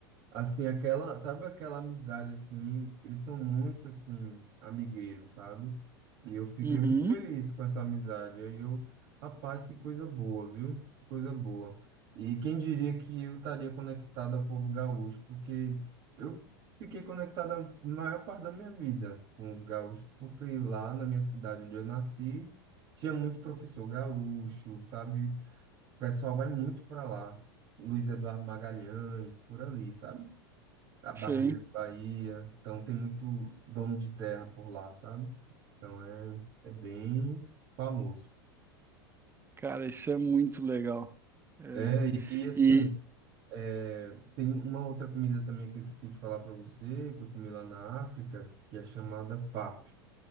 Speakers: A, on the right; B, on the right.
A: Assim, aquela, sabe aquela amizade assim, eles são muito assim amigueiros, sabe? E eu fiquei
B: Uhum.
A: muito feliz com essa amizade. Aí eu, rapaz, que coisa boa, viu? Que coisa boa. E quem diria que eu estaria conectado ao povo gaúcho, porque eu fiquei conectado a maior parte da minha vida com os gaúchos, porque lá na minha cidade onde eu nasci, tinha muito professor gaúcho, sabe? O pessoal vai muito para lá. Luiz Eduardo Magalhães, por ali, sabe? a Barreiras,
B: Sim,
A: Bahia. Então tem muito dono de terra por lá, sabe? Então é, é bem famoso.
B: cara, isso é muito legal. É,
A: É, e, e, assim,
B: e
A: é, tem uma outra comida também que eu esqueci de falar para você, que eu comi lá na África, que é chamada pap.